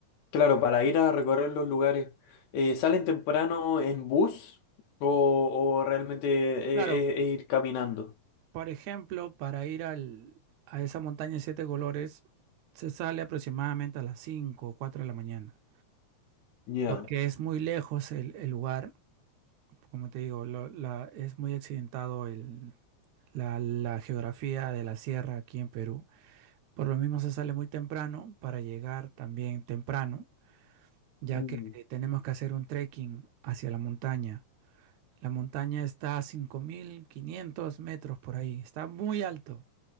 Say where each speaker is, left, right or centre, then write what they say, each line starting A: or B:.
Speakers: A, on the left (about 80°); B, on the right (about 75°).
A: claro, para ir a recorrer los lugares, eh, ¿salen temprano en bus o, o realmente eh,
B: Claro,
A: eh, eh, ir caminando?
B: por ejemplo, para ir al, a esa montaña de siete colores se sale aproximadamente a las 5 o 4 de la mañana,
A: Ya.
B: porque es muy lejos el, el lugar, como te digo, lo- la- es muy accidentado el- la, la geografía de la sierra aquí en Perú. Por lo mismo se sale muy temprano para llegar también temprano, ya
A: Mm.
B: que eh, tenemos que hacer un trekking hacia la montaña. La montaña está a 5.500 metros por ahí, está muy alto.